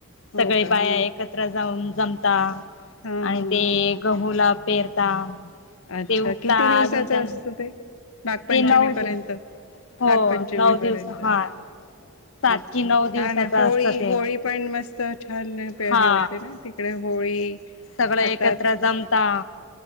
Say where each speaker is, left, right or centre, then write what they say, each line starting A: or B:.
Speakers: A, on the left; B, on the left.
A: हो
B: सगळे
A: का
B: बाया
A: हा
B: एकत्र...... कत्र जा जमता
A: हा हा
B: आणि
A: हा.
B: ते गहूला पेरता....
A: अच्छा
B: ते उगता
A: किती दिवसाच
B: अजून त्यां
A: असतो ते नागपंचमी
B: ते नऊ
A: पर्यंत......
B: दि हो
A: नागपंचमी
B: नऊ दिवस
A: पर्यंत
B: हा
A: असते
B: सात
A: अच्छा
B: कि नऊ
A: छान
B: दिवसाच
A: आणि
B: असतं
A: होळी
B: ते
A: होळी.... पण मस्त छान प
B: हा
A: हे होते ना तिकडे होळी...
B: सगळं
A: आता
B: एकत्र जमता.....